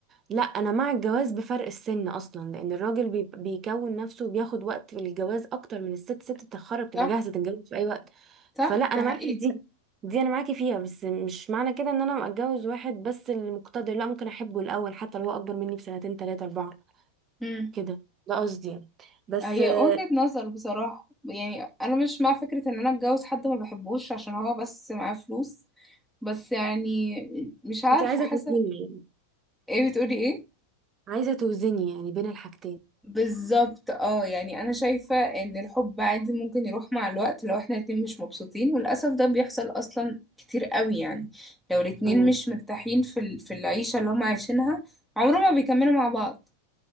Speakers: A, on the right (about 30°); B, in the centre.
A: لا انا مع الجواز بفرق السن اصلا لان الراجل بي... بيكون نفسه وبياخد وقت في الجواز اكتر من الست ست بتتخرج بتبقى
B: صح
A: جاهزه تتجوز في اي وقت
B: صح
A: فلا انا
B: ده
A: معاكي
B: حقيقة
A: في دي دي انا معاكي فيها بس مش معنى كده ان انا اتجوز واحد بس اللي مقتدر لا ممكن احبه الاول حتى لو هو اكبر مني بسنتين تلاتة اربعة
B: مم.
A: كده ده قصدي يعني. بس
B: هي
A: آه،
B: وجهة نظر بصراحة يعني أنا مش مع فكرة إن أنا أتجوز حد ما بحبوش عشان هو بس معاه فلوس بس يعني مش عارفة
A: انت عايزه
B: حسب
A: توزني يعني
B: إيه بتقولي إيه؟
A: عايزه توزني يعني بين الحاجتين
B: بالظبط اه يعني انا شايفة ان الحب عادي ممكن يروح مع الوقت لو احنا الاتنين مش مبسوطين وللأسف ده بيحصل اصلا كتير قوي يعني لو الاتنين
A: امم
B: مش مرتاحين في ال- في العيشة اللي هم عايشينها عمرهم ما بيكملوا مع بعض